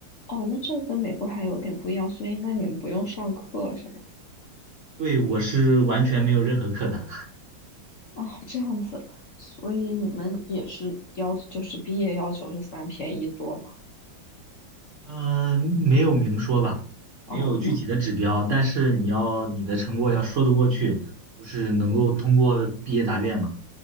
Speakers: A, on the left; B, on the right.
A: 哦，那这个跟美国还有点不一样，所以那你们不用上课是吗？
B: 对，我是完全没有任何课的，
A: 哦，这样子，所以你们也是要，就是毕业要求是三篇一作吗？
B: 呃，没有明说吧，
A: 哦，
B: 没有具体的指标，
A: 那
B: 但是你要你的成果要说得过去，就是能够通过毕业答辩嘛。